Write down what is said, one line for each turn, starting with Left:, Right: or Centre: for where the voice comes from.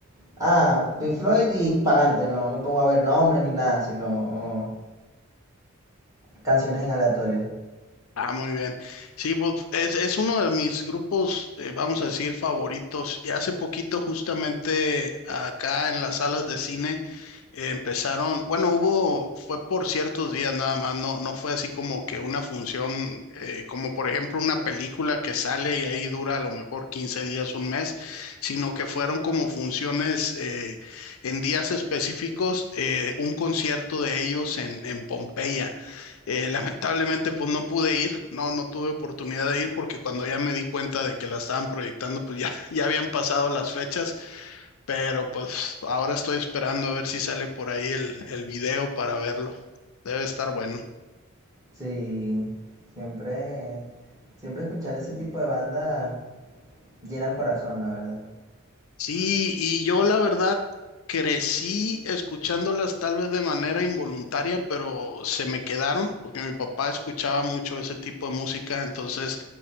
Right: ah, Pink Floyd y pa'lante. No me pongo a ver nombres ni nada, sino canciones en aleatorio.
Left: Ah, muy bien. Sí, pues es, es uno de mis grupos, eh, vamos a decir, favoritos. Y hace poquito, justamente acá en las salas de cine, eh, empezaron, bueno, hubo, fue por ciertos días nada más, no, no fue así como que una función, eh, como por ejemplo una película que sale y ahí dura a lo mejor 15 días, un mes, sino que fueron como funciones eh, en días específicos, eh, un concierto de ellos en, en Pompeya. Eh, lamentablemente, pues no pude ir, no, no tuve oportunidad de ir porque cuando ya me di cuenta de que la estaban proyectando, pues ya, <laughs> ya habían pasado las fechas. Pero pues ahora estoy esperando a ver si sale por ahí el, el video para verlo. Debe estar bueno.
Right: Sí, siempre, siempre escuchar ese tipo de banda llena el corazón, la verdad.
Left: Sí, y yo la verdad crecí escuchándolas tal vez de manera involuntaria, pero se me quedaron porque mi papá escuchaba mucho ese tipo de música, entonces